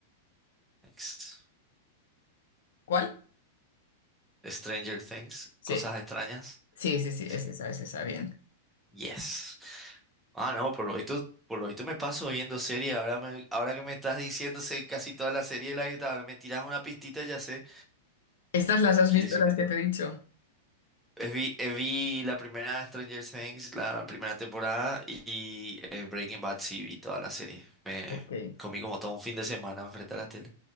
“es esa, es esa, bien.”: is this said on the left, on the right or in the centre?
Left